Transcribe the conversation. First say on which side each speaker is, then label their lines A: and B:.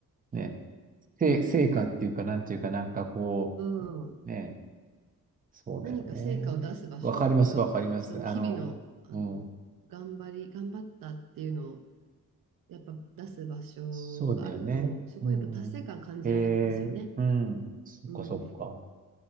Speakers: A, on the right (about 25°); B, on the right (about 70°).
A: ね、せ、成果っていうか、なんていうか、なんかこ
B: うん。
A: う、ね、そうだよね。
B: 何か成果を出す場所、
A: わかります、
B: なんかその日々の、
A: わかります。あの、
B: あの、
A: うん、
B: 頑張り、頑張ったっていうのをやっぱ出す場所があると、
A: そうだよね。
B: すごいやっぱ達成感感じられますよね。
A: うん。ええ、うん、そっか、
B: うん。
A: そっか。